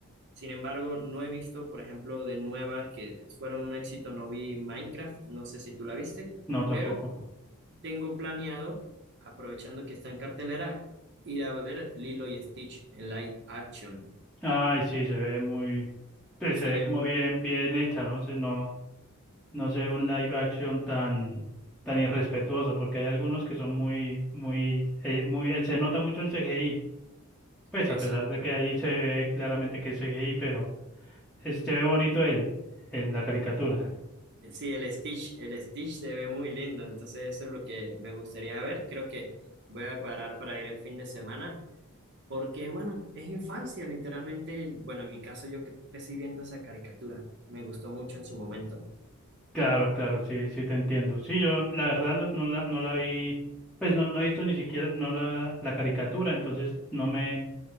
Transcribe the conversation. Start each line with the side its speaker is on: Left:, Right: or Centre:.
Right: Sin embargo, no he visto, por ejemplo, de nuevas que fueron un éxito, no vi Minecraft, no sé si tú la viste,
Centre: No, tampoco.
Right: pero tengo planeado, aprovechando que está en cartelera, ir a ver Lilo y Stitch en live action.
Centre: Ay, sí, se ve muy, pues,
Right: Se
Centre: se ve
Right: ve,
Centre: como
Right: herm-
Centre: bien, bien hecha, ¿no? Se- no, no se ve un
Right: sí,
Centre: live action tan, tan irrespetuoso, porque hay algunos que son muy, muy, eh, muy, él se nota mucho el CGI, pues
Right: exacto.
Centre: a pesar de que ahí se ve claramente que es CGI, pero es- se ve bonito el, el- la caricatura.
Right: Sí, el Stitch, el Stitch se ve muy lindo, entonces eso es lo que me gustaría ver. Creo que voy a cuadrar para ir el fin de semana, porque bueno, es infancia, literalmente. Bueno, en mi caso yo cre- crecí viendo esa caricatura, me gustó mucho en su momento.
Centre: Claro, claro, sí, sí te entiendo. Sí, yo la verdad lo- no la, no la vi, pues no, no he visto ni siquiera no la, la caricatura, entonces no me,